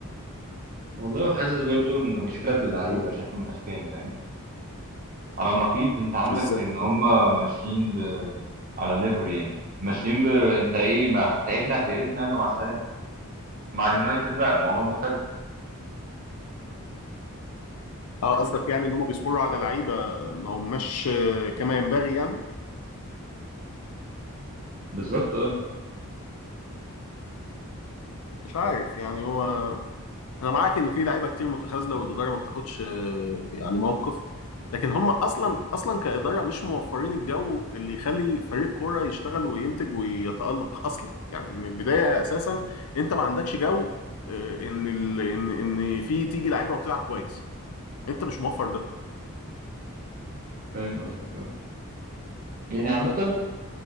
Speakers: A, on the right; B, on the left.
A: والله وحاسس برضو ان المشكله في اللعيبه شكل من الاشكال فاهم على النقيض انت عندك
B: ازاي
A: ان هم ماشيين ب... على ليفر يعني ماشيين ب... انت ايه ما هتتعبنا هتقرفنا يلا مع السلامه مع اليونايتد لا الموضوع مختلف
B: اه قصدك يعني ان هم بيصبروا على لعيبه ما هماش كما ينبغي يعني
A: بالظبط اه
B: مش عارف يعني هو انا معاك ان في لعيبه كتير متخاذله والاداره ما بتاخدش آه، يعني موقف لكن هم اصلا اصلا كاداره مش موفرين الجو اللي يخلي فريق كوره يشتغل وينتج ويتالق اصلا يعني من البدايه اساسا انت ما عندكش جو آه، ان ال... ان ان في تيجي لعيبه وتلعب كويس انت مش موفر ده
A: فاهم قصدك اه يعني عامة